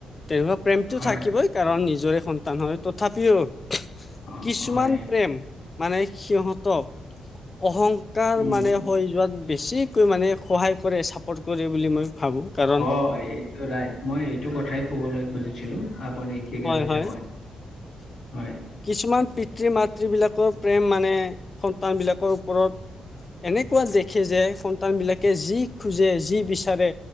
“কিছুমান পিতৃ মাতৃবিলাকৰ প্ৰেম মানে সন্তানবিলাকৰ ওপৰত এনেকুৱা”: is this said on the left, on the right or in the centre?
Left